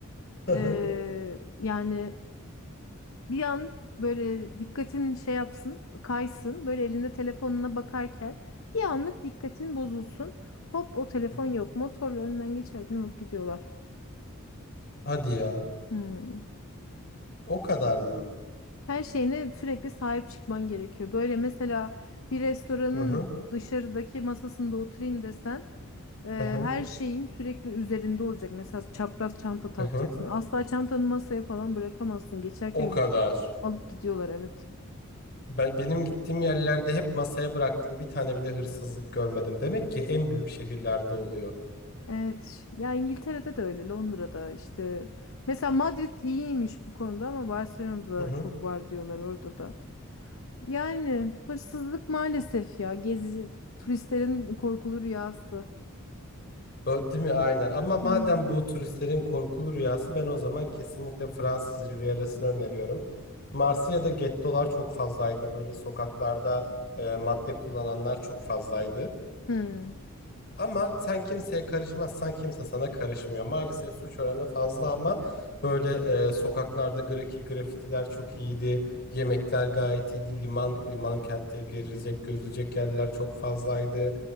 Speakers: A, on the left; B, on the left.
A: Hı
B: Ee,
A: hı.
B: yani bir an böyle dikkatin şey yapsın, kaysın. Böyle elinde telefonuna bakarken bir anlık dikkatin bozulsun. Hop o telefon
A: Hı hı.
B: yok. Motorla önünden geçerken alıp gidiyorlar.
A: Hadi ya.
B: Hmm.
A: O kadar mı?
B: Her şeyine sürekli sahip çıkman gerekiyor. Böyle mesela bir restoranın
A: Hı hı.
B: dışarıdaki masasında oturayım desen e,
A: Hı hı.
B: her şeyin sürekli üzerinde olacak. Mesela çapraz çanta takacaksın.
A: Hı hı.
B: Asla çantanı masaya falan bırakamazsın. Geçerken
A: O kadar.
B: gidip alıp gidiyorlar evet.
A: Ben, benim gittiğim yerlerde hep masaya bıraktım. Bir tane bile hırsızlık görmedim. Demek ki en büyük şehirlerde oluyor.
B: Evet. Ya İngiltere'de de öyle, Londra'da işte. Mesela Madrid iyiymiş bu konuda ama Barcelona'da
A: Hı hı.
B: da çok var diyorlar orada da. Yani hırsızlık maalesef ya gezi turistlerin korkulu rüyası.
A: O, değil mi? Aynen. Ama madem
B: Hmm.
A: bu turistlerin korkulu rüyası ben o zaman kesinlikle Fransız Rivierası'nı öneriyorum. Marsilya'da gettolar çok fazlaydı. Böyle sokaklarda e, madde kullananlar çok fazlaydı.
B: Hmm.
A: Ama sen kimseye karışmazsan kimse sana karışmıyor. Maalesef suç oranı fazla ama böyle e, sokaklarda grafiki grafitiler çok iyiydi. Yemekler gayet iyiydi. Liman liman kente girecek gözülecek yerler çok fazlaydı.